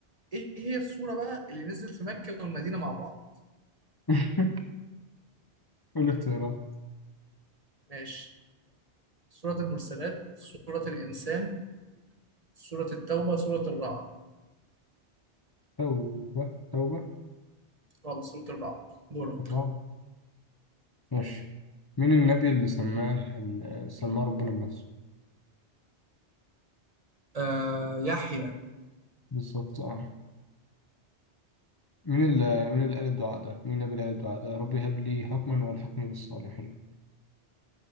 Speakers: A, on the right; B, on the left.
A: إيه هي الصورة بقى اللي نزلت في مكة والمدينة مع بعض
B: <laughs> كل اختيارات
A: ماشي سورة المرسلات سورة الإنسان سورة التوبة سورة الرعد
B: توبة توبة
A: خلاص سورة الرعد دورك
B: الرعد ماشي مين النبي اللي سماه اللي سماه ربنا بنفسه
A: آه يحيى
B: بالظبط اه مين اللي مين اللي قال الدعاء ده مين النبي اللي قال الدعاء ده ربي هب لي حكما والحقني بالصالحين